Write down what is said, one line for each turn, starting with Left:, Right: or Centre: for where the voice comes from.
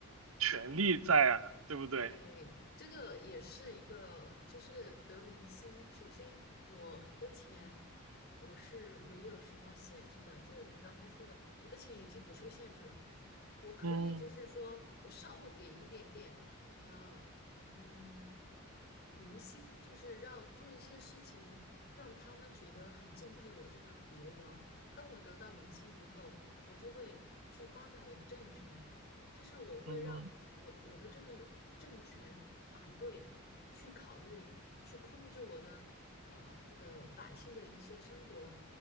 Right: 权利在啊，对不对？
Left: 对，这个也是一个，就是得民心。首先，我的钱我是没有什么限制的，就是你刚刚说的，我的钱已经不受限制了，我可以就是说我稍微给一点点，
Right: 嗯
Left: 呃，嗯，民心，就是让做一些事情，让他们觉得很敬佩我这个国王。当我得到民心以后，我就会去发展我的政权。就是我会让我我的这个政权团队去考虑，
Right: 嗯，
Left: 去控制我的呃这个百姓的一些生活，